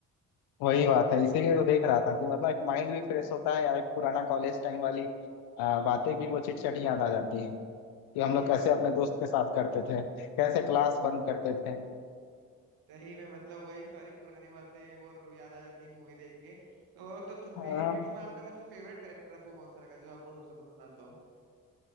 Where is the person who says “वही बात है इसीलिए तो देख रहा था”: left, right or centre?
Left